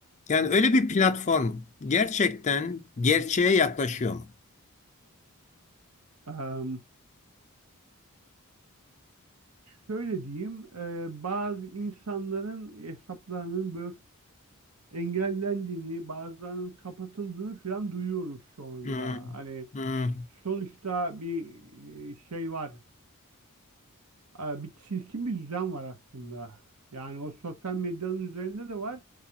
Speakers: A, on the left; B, on the right.
A: Yani öyle bir platform gerçekten gerçeğe yaklaşıyor mu?
B: Am, şöyle diyeyim. e, bazı insanların hesaplarının böyle engellendiğini, bazılarının kapatıldığını falan duyuyoruz şu anda.
A: Hmm,
B: Hani
A: hmm.
B: sonuçta bir e, şey var. e, bir çirkin bir düzen var aslında. Yani o sosyal medyanın üzerinde de var.